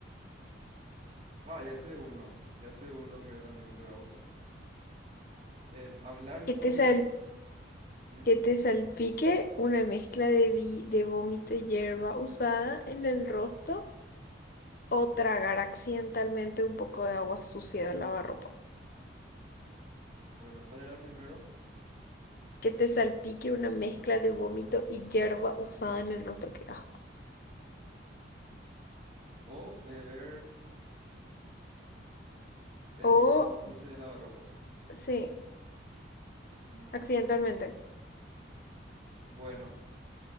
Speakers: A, on the right; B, on the left.
A: Ah, ya sé uno, ya sé uno que también te va a gustar. En hablar
B: que
A: solo,
B: te sal
A: ¿Mm?
B: Que te salpique una mezcla de, vi- de vómito y hierba usada en el rostro o tragar accidentalmente un poco de agua sucia del lavarropa.
A: Bueno, ¿cuál era el primero?
B: Que te salpique una mezcla de vómito y hierba usada en el rostro, qué asco.
A: O beber el
B: O,
A: líquido sucio de lavarropas.
B: sí,
A: Mm,
B: accidentalmente.
A: bueno,